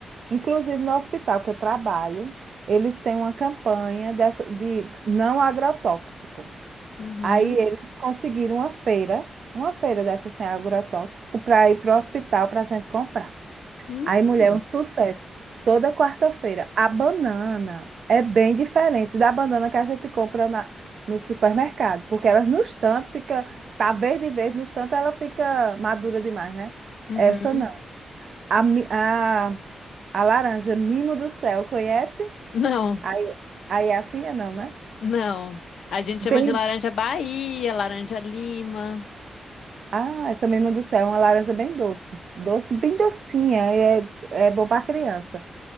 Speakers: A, on the right; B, on the left.
A: inclusive no hospital que eu trabalho, eles têm uma campanha dessa, de não agrotóxico.
B: Uhum.
A: Aí eles conseguiram uma feira, uma feira dessa sem agrotóxico, para ir para o hospital para a gente comprar.
B: Hum.
A: Aí, mulher, é um sucesso. Toda quarta-feira. A banana é bem diferente da banana que a gente compra na, no supermercado, porque ela no estante fica, tá verde e verde, no estante ela fica madura demais, né?
B: Uhum.
A: Essa não. A, mi- a, a laranja, mimo do céu, conhece?
B: Não,
A: Aí, aí é assim é não, né?
B: não. A gente
A: Bem,
B: chama de laranja Bahia, laranja Lima.
A: ah, essa mimo do céu é uma laranja bem doce. Doce, bem docinha, é, é bom para criança.